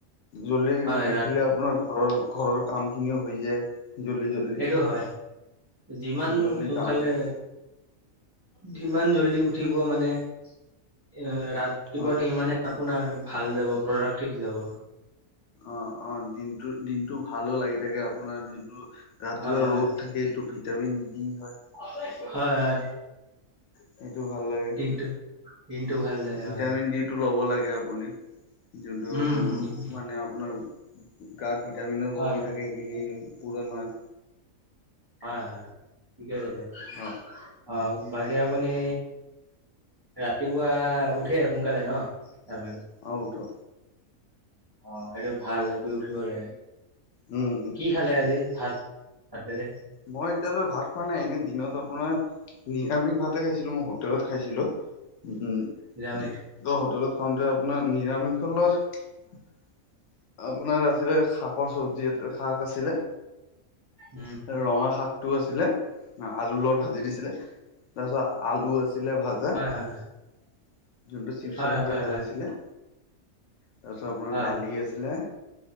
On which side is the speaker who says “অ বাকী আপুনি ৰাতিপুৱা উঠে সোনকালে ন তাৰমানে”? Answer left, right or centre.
Right